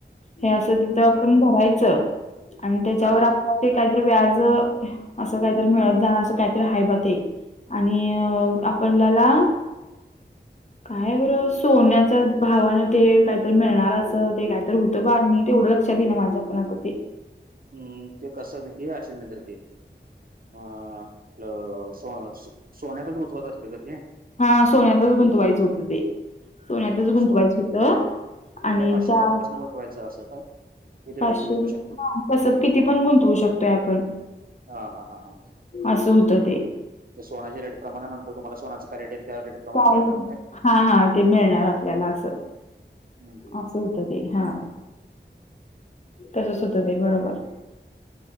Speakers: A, on the left (about 40°); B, on the right (about 50°).
A: हे असं तिथं आपण
B: बर
A: भरायचं आणि त्याच्यावर
B: हा
A: आपलं ते कायतर व्याज असं कायतर मिळत जाण असं कायतर हाय बा ते आणि आपल्याला काय बरं सोन्याच्या भावानं ते कायतर मिळणार अस ते काय तर हुतं बा नीट येवढं लक्षात इना माझ्या पण आता ते
B: हम्म ते कस <unintelligible> असल नाहीतर ते अ आपलं सो सो सोन्यातच गुतवायचं असल ग ते
A: हा सोन्यातच गुंतवायचं होतं ते सोन्यातच
B: अं,
A: गुंतवायचं
B: सोन
A: हुत आणि
B: ते काय पाचशे
A: त्या
B: रुपयापासून वतवायचं असं का किती
A: पाचशे
B: रुपये पण घेतू
A: रुप
B: शकते
A: हा कस प किती पण गुंतवू शकतोय आपण
B: हा हा हा हा
A: असं होतं ते
B: तर सोनाच्या रेट प्रमाणानंतर तुम्हाला सोनाचं काय रेट त्या रेट प्रमाणे
A: काय
B: मिळणार
A: हा हा ते मिळणार आपल्याला असं...
B: हम्म हम्म
A: असं
B: हम्म
A: हुतं ते हा... तसच होत ते बरोबर